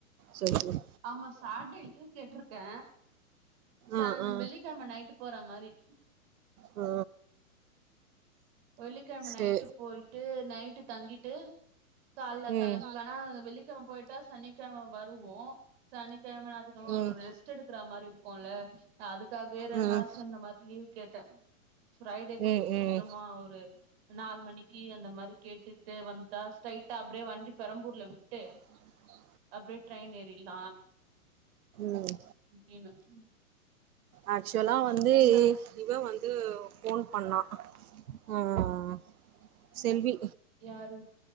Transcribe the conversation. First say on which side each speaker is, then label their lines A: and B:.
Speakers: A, on the right; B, on the right.
A: செரி செரி
B: ஆமா சாட்டே லீவு கேட்டிருக்கே சன்
A: ஆ ஆ
B: வெள்ளிக்கெழம நைட்டு போற மாரி
A: ஆ
B: வெள்ளிக்கெழம
A: சே
B: நைட்டு போயிட்டு நைட்டு தங்கிட்டு கால
A: ம்
B: கெளம்பி வேணா வெள்ளிக்கெழம போயிட்டா சனிக்கெழம வருவோ சனிக்கெழம ஞாயித்துகெழமா
A: ம்
B: ஒரு
A: ம்
B: ரெஸ்ட் எடுக்கற மாரி இருக்கும்ல நா அதுக்காகவே ரெண்டு
A: ம்
B: நாள் சேந்த மாரி லீவு கேட்டே ஃரைடே கொஞ்ச
A: ம்
B: சீக்கிரமா ஒரு நாலு மணிக்கு அந்த மாரி கேட்டுட்டு வந்தா ஸ்ட்ரைடா அப்டியே வண்டி பெரம்பூர்ல விட்டு
A: ஆ
B: அப்பே டிரைன் எரில
A: ம்
B: <unintelligible>
A: ஆக்சுவலா வந்து
B: நா
A: இவ வந்து போன் பண்ணா ம் செல்வி
B: யாரு